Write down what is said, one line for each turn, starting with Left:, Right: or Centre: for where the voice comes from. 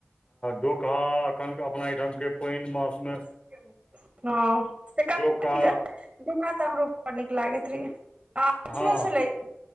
Left: डोका अखन अपना एहिठाम के। पानि मासमे
Right: हँ से कते
Left: डोका
Right: नीक डोका तऽ हमरो बड़ नीक लागैत रहियै आ अथि
Left: हँ
Right: छलै